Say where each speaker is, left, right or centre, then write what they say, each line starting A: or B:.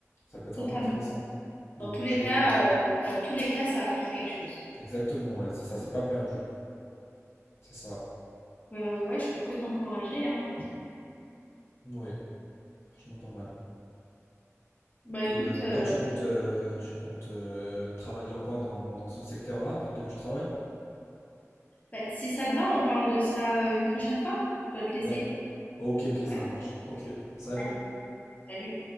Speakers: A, on the left (about 55°); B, on the left (about 30°).
A: Ça peut être
B: Totalement.
A: vraiment intéressant de
B: Dans
A: bouger.
B: tous les cas, euh, dans tous les cas, ça apporte quelque chose.
A: Exactement, ouais, c'est ça, c'est pas perdu. C'est ça.
B: Donc, euh, ouais, je peux que t'encourager, hein.
A: Ouais, franchement pas mal.
B: Bah écoute,
A: Et euh,
B: euh,
A: toi, tu comptes, euh, tu comptes euh, travailler encore dans, dans ce secteur-là dans lequel tu travailles?
B: Bah, si ça te va, on parle de ça euh, une prochaine fois. Je dois te laisser.
A: Ouais. Ok, ok,
B: Ouais.
A: ça marche. Ok, salut.
B: Allez, salut.